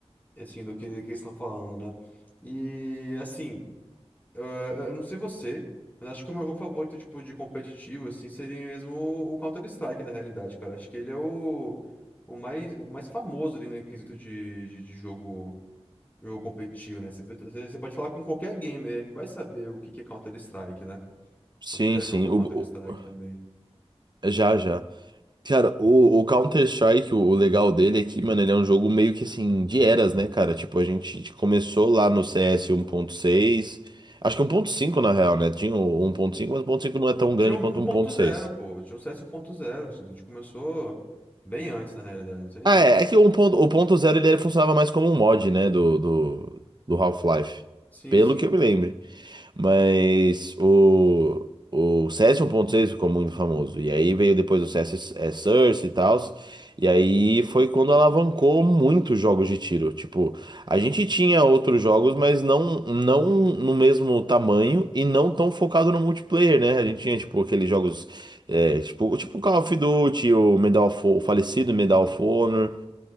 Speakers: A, on the left (about 15°); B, on the right (about 45°).
A: Assim, do que, que eles estão falando, né? E, assim... Eu, eu não sei você, mas acho que o meu jogo favorito, tipo, de competitivo, assim, seria mesmo o o Counter-Strike, na realidade, cara. Acho que ele é o, o mais, o mais famoso ali no quesito de, de, de jogo, jogo competitivo, né? Você, você você pode falar com qualquer gamer, ele vai saber o que que é Counter-Strike, né?
B: sim,
A: Ou você já
B: sim.
A: jogou
B: O,
A: Counter-Strike
B: o-
A: também.
B: já, já. Cara, o, o Counter-Strike, o, o legal dele é que, mano, ele é um jogo meio que assim, de eras, né, cara? Tipo, a gente começou lá no CS seis acho que um ponto cinco na real, né? Tinha o um ponto cinco mas o um ponto cinco não é tão
A: Tinha
B: grande
A: um
B: quanto
A: um
B: o
A: ponto
B: um ponto
A: zero,
B: seis
A: pô. Tinha um CS 1.0, assim. A gente começou bem antes, na realidade, entende?
B: Ah, é, é que o um ponto o ponto zero ele funcionava mais como um mod, né, do, do, do Half-Life,
A: Sim,
B: pelo
A: sim.
B: que eu me lembro. Mas o, o C S um ponto seis ficou muito famoso. E aí veio depois o CS é, Source e tal. E aí foi quando alavancou muitos jogos de tiro. Tipo, a gente tinha outros jogos, mas não, não no mesmo tamanho e não tão focado no multiplayer, né? A gente tinha, tipo, aqueles jogos. É, tipo, tipo o Call of Duty, o Medal of, Ho- o falecido Medal of Honor.